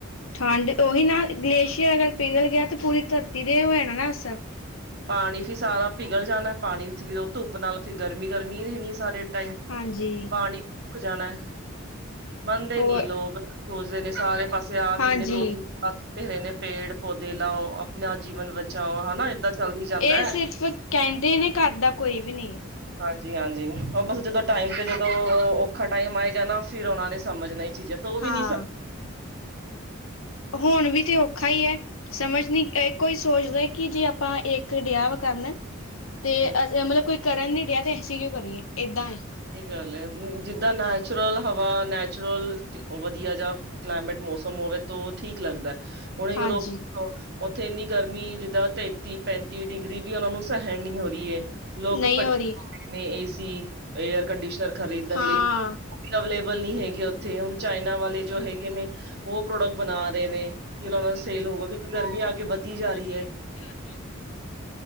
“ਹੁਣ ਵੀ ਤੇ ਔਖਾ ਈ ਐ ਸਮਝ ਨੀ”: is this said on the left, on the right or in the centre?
Left